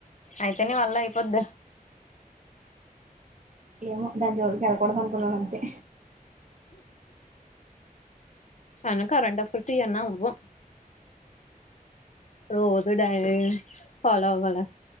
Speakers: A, on the left; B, on the right.
A: అయితే నీ వల్ల అయిపోద్ద
B: ఏమో దాని జోలు కెళ్లకూడదు అనుకున్నాను అంతే
A: అనుకురెంటప్పుడుతి అన్నావు నువ్వు రోజు డైలీ ఫాలో అవ్వాలా